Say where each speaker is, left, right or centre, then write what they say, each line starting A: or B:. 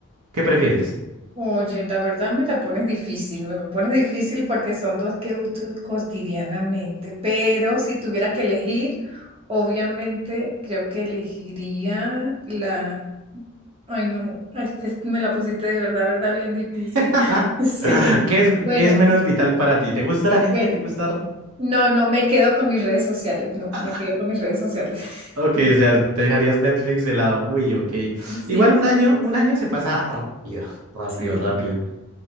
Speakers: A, on the right; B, on the right.
A: ¿Qué prefieres?
B: Oye, la verdad me la pones difícil, me pones difícil porque son dos que uso cotidianamente, pero si tuviera que elegir, obviamente creo que elegiría la Ay, no, ay, es que me la pusiste de verdad, verdad, bien difícil.
A: <laughs>
B: <laughs> Sí,
A: ¿Qué es,
B: bueno,
A: qué es menos vital para ti? ¿Te gusta
B: sí,
A: la gente?
B: bueno,
A: ¿Te gusta?
B: no, no, me quedo con mis redes sociales, no,
A: <laughs>
B: me quedo con mis redes sociales.
A: Ok,
B: <laughs>
A: o sea, te dejarías Netflix de lado. Uy, ok.
B: Sí,
A: Igual un año, un año se pasa rápido, rápido,
B: sí.
A: rápido.